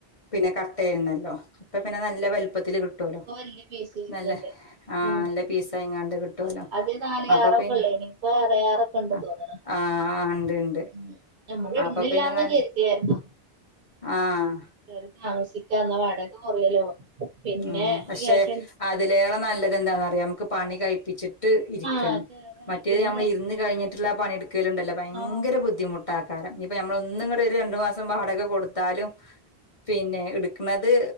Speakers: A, on the left; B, on the right.
A: പിന്നെ കട്ടയായിര്ന്നല്ലോ ഇപ്പൊ പിന്നെ നല്ല വലുപ്പത്തില് കിട്ടുവല്ലോ
B: ഇപ്പൊ വല്യ പീസ് വരുന്നുണ്ട്
A: നല്ല ആഹ്
B: ഉം
A: നല്ല പിസയിങ്ങാണ്ട് കിട്ടുവലോ
B: ആദ്യം നാല്
A: അപ്പൊ
B: ആറൊക്കെ
A: പിന്നെ
B: ഉള്ളേനി ഇപ്പൊ ആറേ ആറൊക്കെ ഉണ്ട്
A: ആഹ്
B: തോന്നണ്
A: ആഹ് ണ്ട് ണ്ട്
B: ഉം നമ്മള് ഇടുന്നില്ലാന്ന്
A: അപ്പൊ പിന്നെ നല്ല
B: കരുതിയായിരുന്നു
A: ആഹ്
B: കേറി താമസിക്കാ എന്നാ വാടക കുറയലോ പിന്നെ
A: ആഹ് പക്ഷെ
B: കേഷ
A: അതിലേറെ നല്ലത് എന്താന്നന്ന്റിയാം നമുക്ക് പണി കഴപ്പിച്ചിട്ട് ട്ട് ഇരിക്കൻ
B: ആഹ് കേറാണ്
A: മറ്റേത്
B: പിന്നെ
A: നമ്മൾ ഇരുന്ന് കഴിഞ്ഞിട്ടുള്ള പണിയെടുക്കലുണ്ടല്ലോ ഭയങ്കര
B: ആഹ്
A: ബുദ്ധിമുട്ട് ട്ടാകാരം ഇപ്പൊ നമ്മള് ഒന്ന് ഇങ്ങട്ട് ഒരു രണ്ടു മാസം വാടക കൊടുത്താലും പിന്നെ എ കുന്നത്